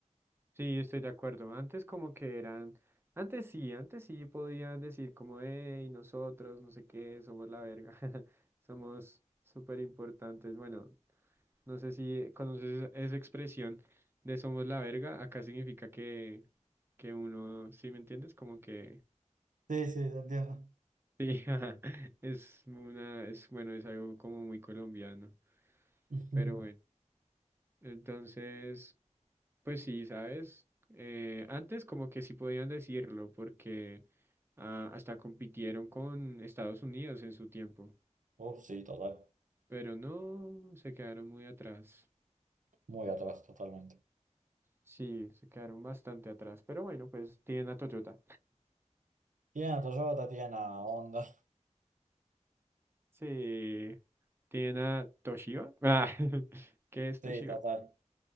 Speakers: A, on the right; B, on the right.
A: Sí, estoy de acuerdo. Antes como que eran, antes sí, antes sí podían decir como, hey, nosotros, no sé qué, somos la verga, <laughs> somos súper importantes. Bueno, No sé si conoces esa expresión de somos la verga. Acá significa que, que uno, ¿sí me entiendes? Como que
B: Sí, sí, te entiendo.
A: sí, <laughs> ajá, es una, es bueno, es algo como muy colombiano.
B: <laughs>
A: Pero bueno, entonces, pues sí, ¿sabes? Eh, antes como que sí podían decirlo porque ah, hasta compitieron con Estados Unidos en su tiempo.
B: Uf, sí, total.
A: Pero no, se quedaron muy atrás.
B: Muy atrás, totalmente.
A: Sí, se quedaron bastante atrás. Pero bueno, pues tienen a Toyota.
B: Tienen a Toyota, tienen a Honda. <laughs>
A: Sí. Tiene Toshiba. Ah, <laughs> ¿qué es Toshiba?
B: Sí, total.